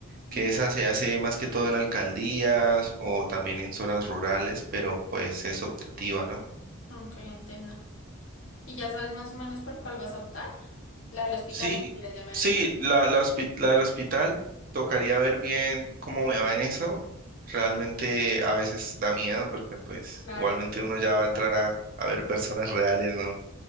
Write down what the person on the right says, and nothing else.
que
esa se hace más que todo en alcaldías o también en zonas rurales, pero pues es optativa, ¿no?
Sí,
sí,
la, la, hospi- la del hospital tocaría ver bien cómo me va en eso. Realmente a veces da miedo porque pues
igualmente uno ya va a entrar a, a ver personas reales, ¿no?